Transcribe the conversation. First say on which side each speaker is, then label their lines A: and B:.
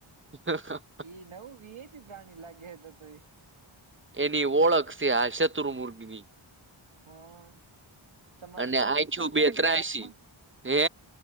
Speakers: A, on the right (about 25°); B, on the right (about 70°).
A: <unintelligible>
B: ઇ નવું વી આઈ પી પ્રાણી લાગે હે તો તો ઇ.
A: એની ઓળખ છે આ શત્રુ મુર્ઘવી
B: હા તમારે
A: અને
B: શું
A: આછું
B: નુકસાન
A: બે
B: કરે છે
A: ત્રાસી
B: પાકમાં?
A: હે